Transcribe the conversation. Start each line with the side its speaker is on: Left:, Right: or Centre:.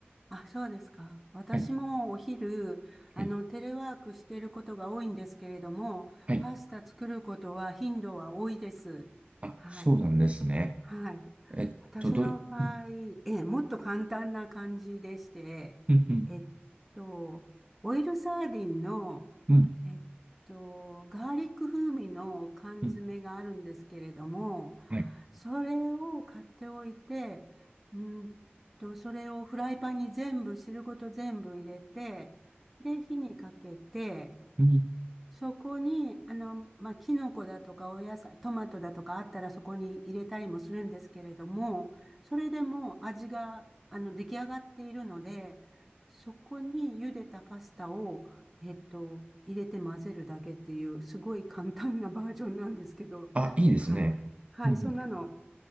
Centre: あ、そうですか。私もお昼、
Right: はい、
Centre: あの、
Right: はい、
Centre: テレワークしていることが多いんですけれども、
Right: はい。
Centre: パスタ作ることは頻度は多いです。
Right: あ、
Centre: はい。
Right: そうなんですね。
Centre: はい。
Right: えっと、
Centre: 私の場合、
Right: どう、うん、
Centre: ええ、もっと簡単な感じでして、
Right: うん、
Centre: えっと、オイルサーディンの、
Right: うん、う
Centre: えっと、ガーリック風味の缶詰があるんですけれども、
Right: ん、うんはい。
Centre: それを買っておいて、うんと、それをフライパンに全部、汁ごと全部入れて、で、火にかけて、
Right: うん、うん
Centre: そこに、あの、まあ、キノコだとかお野菜、トマトだとかあったらそこに入れたりもするんですけれども、それでも味が、あの、出来上がっているので、そこに茹でたパスタを、えっと、入れて混ぜるだけっていう、すごい簡単なバージョンなんですけど、
Right: あ、いいですね。
Centre: はい。はい、
Right: うん、
Centre: そんなの